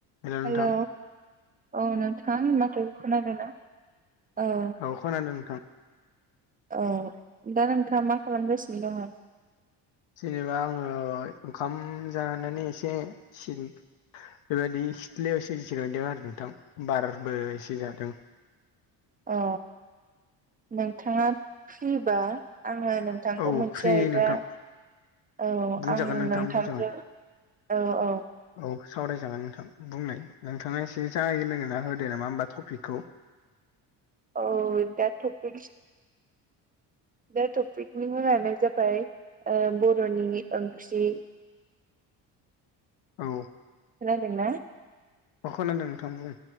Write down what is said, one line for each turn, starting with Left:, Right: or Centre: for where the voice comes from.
Left: हेल' नोंथां
Right: hello औ नोंथां माथो खोनादोंना औ
Left: औ खोनादों नोंथां
Right: औ दा नोंथांआ मा खालामगासिनो दङ?
Left: जेनोबा आङो ओंखाम जानानै एसे सिन बेबायदि सिथ्लायावसो एसे जिरायदों आरो नोंथां बारबो एसे जादों
Right: ओ नोंथांआ फ्रिबा आङो नोंथांखौ
Left: औ
Right: मोनसे
Left: फ्रि
Right: आयदा
Left: नोंथां
Right: औ
Left: बुंजागोन
Right: आं
Left: नोंथां
Right: नोंथांजों
Left: बुंजागोन
Right: औ औ
Left: औ सावरायजागोन नोंथां बुंनाय नोंथांआ एसे जागायजेनना होदो नामा होमबा टपिकखौ
Right: औ दा टपिकस दा टपिकनि मुंआनो जाबाय ओ बर'नि ओंख्रि
Left: औ
Right: खोनादोंना?
Left: अ खोनादों नोंथां बुं